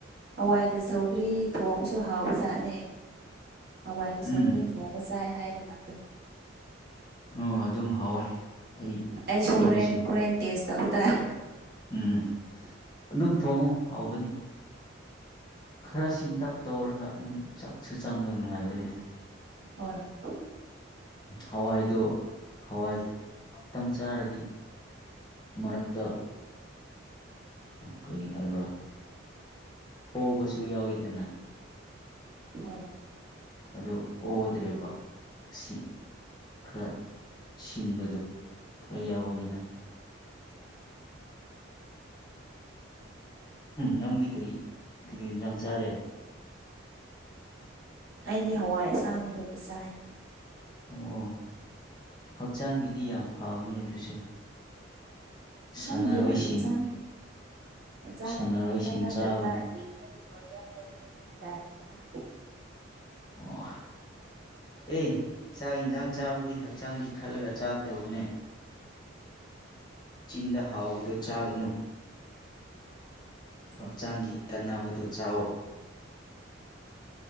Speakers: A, on the right; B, on the left.
A: ꯍꯋꯥꯏꯒ ꯁꯧꯒ꯭ꯔꯤ ꯊꯣꯡꯕꯁꯨ ꯍꯥꯎꯕ ꯖꯥꯠꯅꯦ ꯍꯋꯥꯏꯒ
B: ꯎꯝ
A: ꯁꯧꯒꯔꯤ ꯊꯣꯡꯕ ꯆꯥꯏ ꯍꯥꯏꯕ ꯉꯥꯛꯇꯅꯤ
B: ꯑꯣ ꯑꯗꯨꯝ ꯍꯥꯎꯋꯦ ꯑꯩ
A: ꯑꯩꯁꯨ
B: ꯑꯩꯒꯤꯁꯨ
A: ꯍꯣꯔꯦꯟ ꯍꯣꯔꯦꯟ ꯇꯦꯁ ꯇꯧ ꯇꯔꯦ
B: ꯎꯝ ꯑꯗꯨꯝ ꯊꯣꯡꯉꯨ ꯍꯥꯎꯧꯕꯅꯤ ꯈꯔꯁꯤꯡ ꯇꯛ ꯇꯧꯔꯒ ꯑꯗꯨꯝ ꯆꯥꯛꯁꯨ ꯆꯪꯕ ꯅꯨꯡꯉꯥꯏꯕꯅꯤ
A: ꯍꯣꯏ ꯍꯣꯏ
B: ꯍꯋꯥꯏꯗꯣ ꯍꯋꯥꯏ ꯈꯛꯇꯪ ꯆꯥꯔꯗꯤ ꯃꯔꯛꯇ ꯀꯔꯤ ꯍꯥꯏꯕ꯭ꯔꯥ ꯍꯣꯕꯁꯨ ꯌꯥꯎꯏꯤꯗꯅ
A: ꯑꯝ
B: ꯑꯗꯨ ꯑꯣꯗ꯭ꯔꯦꯔꯤꯕ ꯁꯤ ꯈꯔ ꯁꯤꯟꯕꯗꯣ ꯈꯔ ꯌꯥꯎꯕꯅꯤꯅ <inaudible> ꯅꯪꯗꯤ ꯀꯔꯤ ꯀꯔꯤ ꯌꯦꯟꯖꯥꯡ ꯆꯥꯔꯦ
A: ꯑꯩꯗꯤ ꯍꯋꯥꯏ ꯑꯁꯥꯡꯕꯗꯨ ꯆꯥꯏ
B: ꯑꯣ ꯍꯛꯆꯥꯡꯒꯤꯗꯤ ꯌꯥꯝ ꯐꯕꯅꯦ ꯑꯗꯨꯁꯨ
A: ꯈꯪꯗꯦꯗ
B: ꯁꯥꯟꯅꯔꯣꯏꯁꯤꯡ
A: ꯍꯥꯆꯥꯥꯛ ꯃꯆꯥꯡꯒꯤ
B: ꯁꯥꯟꯅꯔꯣꯏꯁꯤꯡ
A: ꯐꯕ꯭ꯔꯥ ꯐꯠꯇꯕ꯭ꯔꯥ
B: ꯆꯥꯕꯅꯦ
A: ꯌꯦꯅꯗꯤ ꯂꯣꯏꯔꯦ ꯍꯥꯏꯔꯤꯅꯤ <inaudible>
B: ꯑꯣ ꯑꯦ ꯆꯥꯛ ꯌꯦꯟꯁꯥꯡ ꯆꯥꯕꯨꯗꯤ ꯍꯛꯆꯥꯡꯒꯤ ꯈꯜꯂꯒ ꯆꯥꯒꯗꯧꯕꯅꯦ <inaudible> ꯆꯤꯟꯗ ꯍꯥꯎꯕꯗꯨ ꯆꯥꯒꯅꯨ
A: ꯗꯥꯏꯠ
B: ꯍꯛꯆꯥꯡꯒꯤ ꯀꯥꯟꯅꯕꯗꯨ ꯆꯥꯑꯣ